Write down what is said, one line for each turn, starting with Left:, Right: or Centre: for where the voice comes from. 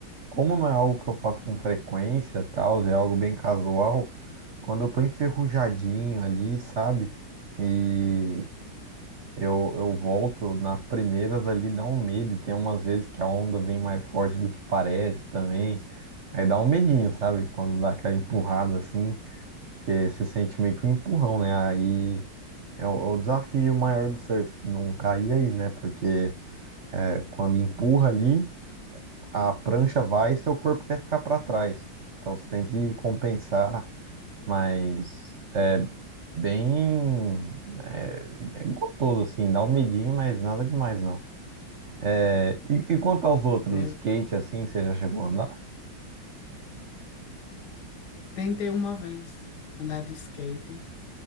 Right: Como não é algo que eu faço com frequência, tal, é algo bem casual. Quando eu tô enferrujadinho ali, sabe? E Eu, eu volto nas primeiras ali, dá um medo. E tem umas vezes que a onda vem mais forte do que parece também. Aí dá um medinho, sabe? Quando dá aquela empurrada assim, porque você sente meio que um empurrão, né? Aí é o, é o desafio maior do surf, não cair aí, né? Porque é, quando empurra ali, a prancha vai e seu corpo quer ficar para trás. Então você tem que compensar, mas é bem é, é gostoso assim, dá um medinho, mas nada demais não. É, E, e quanto aos outros,
Left: Eu
Right: skate assim, você já chegou a andar?
Left: tentei uma vez andar de skate,